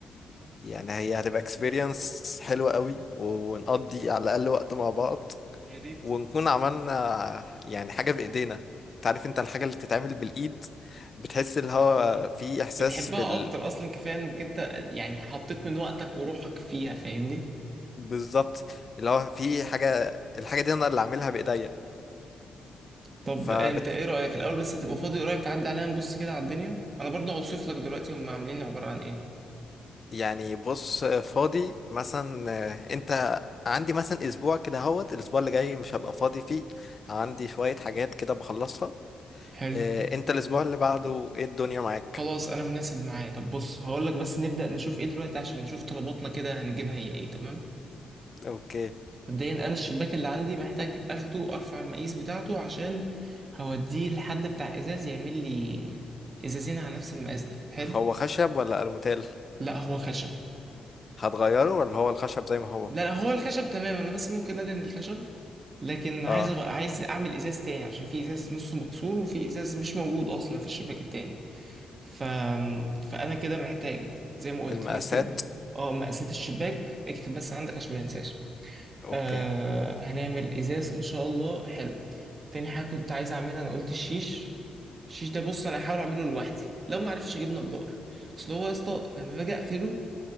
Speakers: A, on the left; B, on the right.
A: يعني هي هتبقى اكسبيرينس حلوة قوي ونقضي على الاقل وقت مع بعض
B: يا ريت
A: ونكون عملنا يعني حاجة بايدينا تعرف انت الحاجة اللي بتتعمل بالايد بتحس اللي هو
B: امم
A: في احساس
B: بتحبها
A: في ال...
B: اكتر اصلا كفاية انك انت يعني حطيت من وقتك وروحك فيها فاهمني
A: بالظبط اللي هو في حاجة الحاجة دي انا اللي عاملها بايديا
B: طب
A: فبتحس
B: انت ايه رأيك الاول بس هتبقى فاضي قريب تعدي علينا نبص كده على الدنيا انا برضه هوصف لك دلوقتي هم عاملين عبارة عن ايه
A: يعني بص فاضي مثلا آه، انت عندي مثلا اسبوع كده هوت الاسبوع اللي جاي مش هبقى فاضي فيه عندي شوية حاجات كده بخلصها
B: حلو
A: آه، انت الاسبوع اللي بعده ايه الدنيا معاك
B: خلاص انا مناسب معايا طب بص هقول لك بس نبدأ نشوف ايه دلوقتي عشان نشوف طلباتنا كده هنجيبها هي ايه تمام
A: اوكي
B: مبدئيا انا الشباك اللي عندي محتاج اخده ارفع المقاس بتاعته عشان هوديه لحد بتاع ازاز يعمل لي ازازين على نفس المقاس ده حلو
A: هو خشب ولا الموتيل
B: لا هو خشب
A: هتغيره ولا هو الخشب زي ما هو
B: لا لا هو الخشب تمام انا بس ممكن ادهن الخشب لكن عايز
A: اه
B: أغ... عايز اعمل ازاز تاني عشان في ازاز نصه مكسور وفي ازاز مش موجود اصلا في الشباك التاني ف... فانا كده محتاج زي ما قلت
A: المقاسات
B: نكتب اه مقاسات الشباك اكتب بس عندك عشان ما ننساش
A: اوكي
B: آه هنعمل ازاز ان شاء الله حلو تاني حاجه كنت عايز اعملها انا قلت الشيش الشيش ده بص انا هحاول اعمله لوحدي لو ما عرفتش اجيب نجار اصل هو يا اسطى لما باجي اقفله